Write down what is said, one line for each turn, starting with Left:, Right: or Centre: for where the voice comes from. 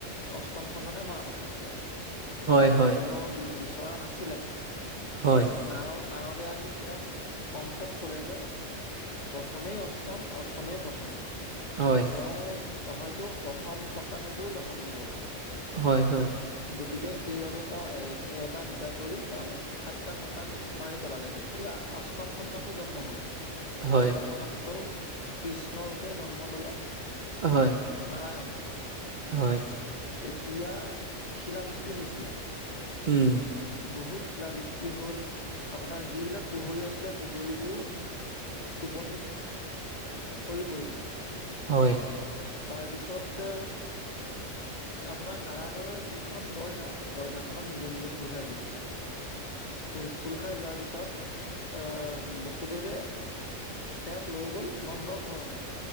Left: অষ্টম সন্তানে মৰা কথা আছিলে কিন্তু তেওঁক
Right: হয় হয়
Left: মাৰিব
Right: হয়
Left: বি বিচৰা নাছিলে,
Right: হয়
Left: এই নাৰদ - নাৰদ তে আহি তেওঁক কংসক ক'লে যে প্ৰথমেই অষ্টম অষ্টমেই প্ৰথম
Right: হয়
Left: তেওঁ হয়তো প্ৰথম সন্তানৰূপেও জন্ম ল'ব পাৰে
Right: হয়, হয়
Left: গতিকে সেইবাবে তেওঁ এক এটা দুটা কৰি তেওঁ সাতটা সন্তান মাৰি পেলালে যেতিয়া অষ্টম সন্তানটো জন্ম হ'ল
Right: হয়
Left: অষ্টম সন্তানটো কৃষ্ণ ৰূপে জন্ম ল'লে
Right: হয়
Left: নাৰায়নে
Right: হয়
Left: তেতিয়া শিলাবৃষ্টি হৈছিলে
Right: উম,
Left: বহুত শিলাবৃষ্টি হ'ল আপোনাৰ যিবিলাক পোহুৰী আছিলে পোহৰিবোৰ টোপনিত সৰি পৰিলে
Right: হয়
Left: তাৰপিছত আপোনাৰ কাৰাগাৰৰ যিখন দৰ্জা দৰ্জা খনত নিজে নিজে খোল খাই গ'ল খোল - খোল খাই যোৱাৰ পিছত আ, বসুদেৱে তেওঁক লৈ গ'ল নন্দ ঘৰলৈ